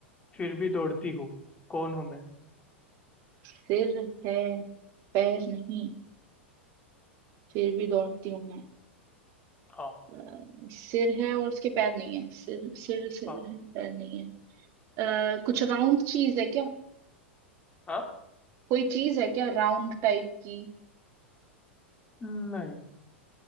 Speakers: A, on the left; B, on the right.
A: फिर भी दौड़ती हूँ कौन हूँ मैं
B: सिर है पैर नहीं फिर भी दौड़ती हूँ मैं
A: हाँ
B: अ, सिर है और उसके पैर नहीं है सिर सिर सिर
A: हाँ
B: है पैर नहीं है अ, कुछ राउंड चीज है क्या
A: हाँ
B: कोई चीज है क्या राउंड टाइप की
A: नहीं